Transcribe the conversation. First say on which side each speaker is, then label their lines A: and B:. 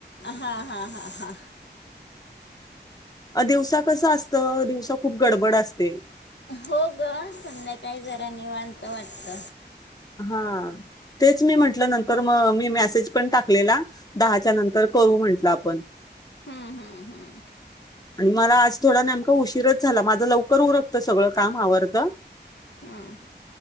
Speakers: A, on the left (about 75°); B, on the left (about 20°).
A: हा हा हा हा
B: अ दिवसा कसं असतं दिवसा खूप गडबड असते
A: हो ग संध्याकाळी जरा निवांत वाटत
B: हा तेच मी म्हटलं नंतर मग मी मेसेज पण टाकलेला दहाच्या नंतर करू म्हटलं आपण
A: हम्म हम्म हम्म
B: आणि मला आज थोडा नेमका उशीरच झाला माझं लवकर उरकत सगळं काम आवडत
A: हम्म